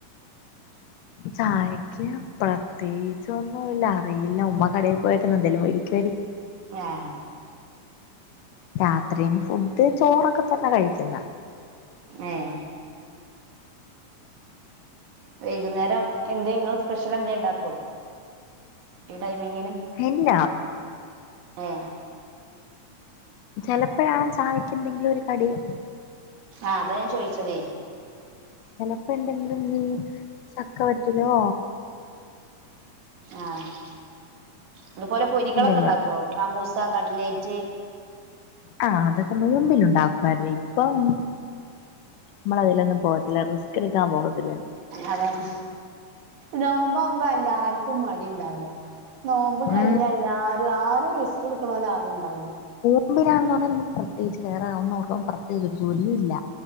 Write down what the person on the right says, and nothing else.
ഏഹ്
ഏഹ് വൈകുന്നേരം എന്ത നിങ്ങള് സ്പെഷ്യൽ എന്ത ഉണ്ടാക്കോ? ടൈമിങ്ങിന്
ഏഹ്
ആഹ് അതെ ചോയിച്ചതേ
ആഹ് അതുപോലെ പൊരികളൊക്കെ
ഉണ്ടാക്കുവോ
സമൂസ കടലേറ്റ്
അതാണ് നോമ്പാവുമ്പോ എല്ലാർക്കും മടി ഉണ്ടാവല നോമ്പ്
കൈയിലല്ല ആര് റിസ്ക് എടുക്കണല്ലോ ഉണ്ടാവില്ല